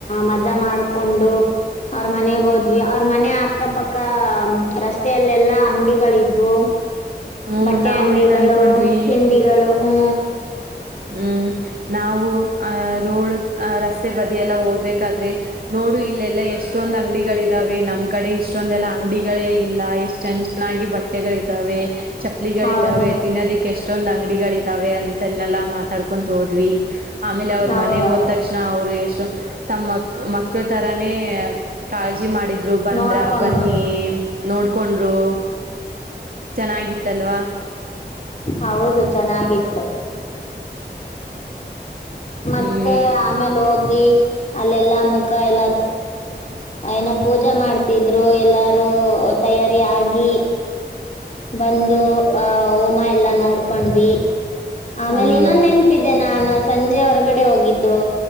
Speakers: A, on the left; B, on the right.
A: ಮಜಾ ಮಾಡ್ಕೊಂಡು ಅವ್ರ ಮನೆಗೆ ಹೋದ್ವಿ ಅವ್ರ ಮನೆ ಅಕ್ಕಪಕ್ಕ ರಸ್ತೆಯಲ್ಲೆಲ್ಲಾ ಅಂಗಡಿಗಳಿದ್ವು
B: ಹ್ಮ್
A: ಬಟ್ಟೆ
B: ನಾವ್
A: ಅಂಡಿಗಳು
B: ಏನ್ ಅನ್ಕೊಂಡ್ವಿ
A: ತಿಂಡಿಗಳು ಹ್ಮ
B: ಹ್ಮ್ ನಾವು ಅಹ ರೋಡ್ ಅ ರಸ್ತೆ ಬದಿ ಎಲ್ಲ ಹೋಗ್ಬೇಕ ಾದ್ರೆ ನೋಡು ಇಲ್ಲೆಲ್ಲಾ ಎಷ್ಟ ಇಷ್ಟೊಂದ್ ಅಂಗಡಿಗಳ ಇದಾವೆ ನಮ್ಮ ಕಡೆ ಇಷ್ಟೊಂದಲ್ಲ ಅಂಗಡಿಗಳೇ ಇಲ್ಲ ಎಷ್ಟ ಚೆ ಚೆನ್ನಾಗಿ ಬಟ್ಟೆಗಳಿದ್ದಾವೆ ಚಪ್ಪಲಿಗಳು
A: ಹೌದು
B: ಇದಾವೆ ತಿನ್ನೋದಿಕ್ಕೆ ಎಷ್ಟೊಂದ್ ಅಂಗಡಿಗಳ ಇದಾವೆ ಅಂತನೆೆಲ್ಲಾ ಮಾತಾಡ್ಕೊಂಡು ಹೋದ್ವಿ ಆಮೇಲೆ ಅವ್ರ
A: ಹೌದೌದು
B: ಮನೆಗೆ ಹೋದ್ ತಕ್ಷಣ ಅವರು ಎಷ್ಟು ತಮ್ಮ ಮಕ್ಕಳ ತರಾನೇ ಕಾಳಜಿ ಮಾಡಿದ ಬಂದ್ರ
A: ನೋಡ್ಕೊಂಡ್ರು
B: ಬನ್ನಿ ನೋಡ್ಕೊಂಡರು ಚೆನ್ನಾಗಿತ್ತಲ್ವಾ
A: ಹೌದು ಚೆನ್ನಾಗಿತ್ತು ಮತ್ತೆ
B: ಹ್ಮ್
A: ಆಮೇಲೆ ಹೋಗಿ ಅಲ್ಲೆಲ್ಲಾ ಮುಖ ಎಲ್ಲ ಏನ ಪೂಜೆ ಮಾಡ್ತಿದ್ರು ಎಲ್ಲಾರೂ ತಯಾರಿ ಆಗಿ ಬಂದು ಆಹ ಹೋಮ ಎಲ್ಲಾ ನೋಡ್ಕೊಂಡ್ವಿ ಆಮೇಲೆ
B: ಹ್ಮ್
A: ಇನ್ನೊಂದು ನೆನಪಿದೆ ನ ನಾ ಸಂಜೆ ಹೊರ್ಗಡೆ ಹೋಗಿದ್ದು